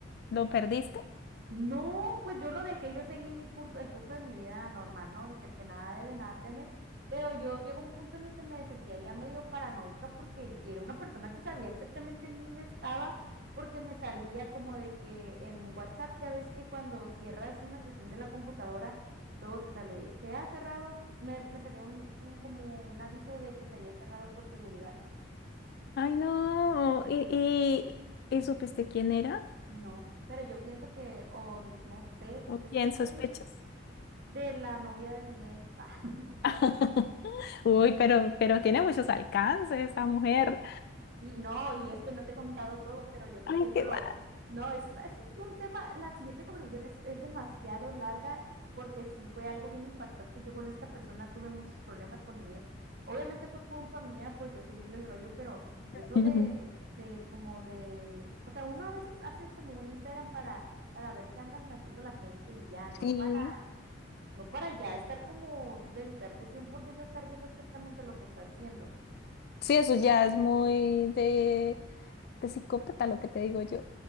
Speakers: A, on the left; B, on the right.
A: ¿lo perdiste?
B: No, pues yo lo dejé, yo seguí mi curso, el curso de mi vida normal, ¿no? Dije, el que nada debe, nada teme, pero yo llegó un punto en el que me sentía ya medio paranoica porque era una persona que sabía exactamente en dónde estaba, porque me salía como de que en WhatsApp, ya ves que cuando cierras una sesión de la computadora, luego te sale, se ha cerrado, me, me salía un, un como un aviso de que se había cerrado por seguridad.
A: Ay, no. ¿Y, y, y supiste quién era?
B: No, pero yo pienso que, o no sé,
A: ¿O
B: es
A: quién
B: que está
A: sospechas?
B: bien de la novia de mi ex. <laughs>
A: <laughs> Uy, pero, pero tiene muchos alcances esa mujer.
B: Sí, no, y es que no te he contado todo, pero yo creo
A: Ay,
B: que eso
A: qué
B: lo...
A: mal.
B: No, eso es, eso es un tema, la siguiente conversación es, es demasiado larga porque sí fue algo bien impactante. Yo con esta persona tuve muchos problemas con mi ex. Obviamente fue culpa mía por yo seguirle el rollo, pero eso
A: Ujú.
B: de, de como de, o sea, uno a veces hace como un Instagram para, para ver qué andan haciendo la gente y ya, no
A: Sí,
B: para, no para ya estar como dedicarte 100% a estar viendo exactamente lo que está haciendo.
A: sí, eso ya es muy de... de psicópata lo que te digo yo,